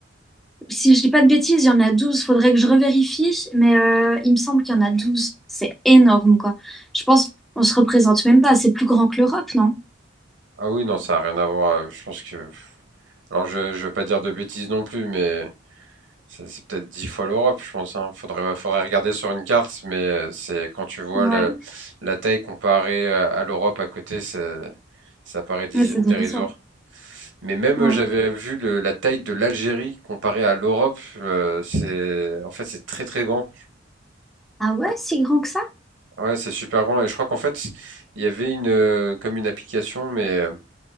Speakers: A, in the centre; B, on the right.
A: Si je dis pas de bêtises, il y en a 12. Faudrait que je revérifie, mais euh, il me semble qu'il y en a 12. C'est énorme, quoi. Je pense qu'on se représente même pas. C'est plus grand que l'Europe, non?
B: Ah oui, non, ça a rien à voir. Je pense que. Alors, je, je veux pas dire de bêtises non plus, mais ça- c'est peut-être dix fois l'Europe, je pense, hein. Faudrait, faudrait regarder sur une carte, mais euh, c'est quand tu vois
A: Ouais,
B: le- la taille comparée à à l'Europe à côté, c'est- ça paraît dé-
A: ouais, c'est dérisoire.
B: dérisoire. Mais même
A: Ouais.
B: euh, j'avais vu le- la taille de l'Algérie comparée à l'Europe, euh, c'est en fait c'est très très grand.
A: Ah ouais, si grand que ça?
B: Ouais, c'est super grand et je crois qu'en fait il y avait une euh, comme une application mais euh,